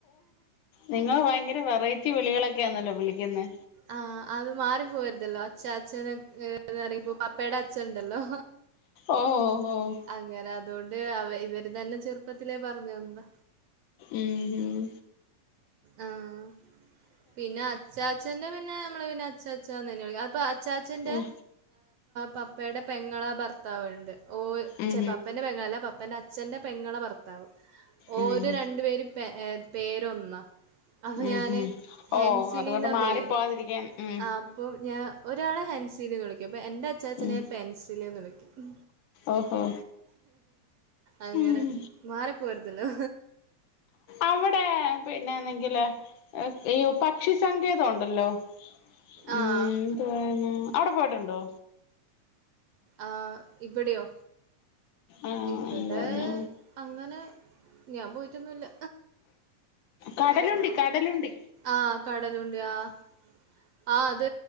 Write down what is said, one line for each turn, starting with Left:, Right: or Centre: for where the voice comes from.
Left: നിങ്ങള് ഭയങ്കര വെറൈറ്റി വിളികളൊക്കെയ ആന്നല്ലോ വിളിക്കുന്നത്
Right: ആഹ് അത് മാറി പോയരതല്ലോ അച്ഛ അച്ഛന എന്താ പറ ഇ്പൊ പപ്പയുടെ അച്ഛൻണ്ടല്ലോ
Left: ഓഹ് ഓഹ് ഓഹ്
Right: അങ്ങനെ അതുകൊണ്ട് അവ ഇവര് തന്നെ ചെറുപ്പത്തിലേ പറഞ്ഞു തനതാ
Left: ഉം
Right: ആഹ് പിന്നെ അച്ചാ അച്ഛ്ന്റെ പിന്നെ നമ്മള് പിന്നെ അച്ചച്ചന്ന് തന്നെ വിളിക്കും അപ്പൊ അച്ചച്ചന്റെ
Left: ഉം
Right: പപ്പയുടെ പെങ്ങള ഭർത്താവ് ഉണ്ട് ഓ
Left: ഉം
Right: ച്ചോ പപ്പേന്റെ പെങ്ങളള അല്ല പപ്പന്റ അച്ച അച്ഛന്റെ പെങ്ങളുടെ ഭർത്താവ് ഓര്
Left: ഉം
Right: രണ്ടു പേരും പ പേര് ഒന്നാ അപ്പൊ
Left: ഉം
Right: ഞാന്
Left: ഉം
Right: ഹെൻസിലിന്നാ
Left: ഓ അതുകൊണ്ട് മാറിപ്പോവാതിരിക്കാൻ
Right: പേര്
Left: ഉം
Right: അപ്പം ഞാൻ ഒരാളെ ഹൻസിൽ വിളിക്കും അപ്പോ എന്റെ അ അച്ചാച്ചനെ
Left: ഉം
Right: പെൻസില് ന്ന് വിളിക്കും
Left: ഓഹോ
Right: അങ്ങനെ
Left: ഉം
Right: മാറിപ്പോവരത്തല്ലോ
Left: അവിടെ പിന്നെ എന്തെങ്കില അയ്യോ പക്ഷിസങ്കേതം ഉണ്ടല്ലോ ഉം
Right: ആഹ്
Left: എന്തവാന് അവിടെ പോയിട്ടുണ്ടോ
Right: ആഹ് ഇവിടെയോ
Left: ആഹ്
Right: ഇവിടെ
Left: എന്തുവാണ്
Right: അങ്ങനെ ഞാൻ പോയിട്ടൊന്നുമില്ല
Left: കടലുണ്ടി കടലുണ്ടി
Right: ആഹ് കടലുണ്ടി ആഹ് ആഹ് അത്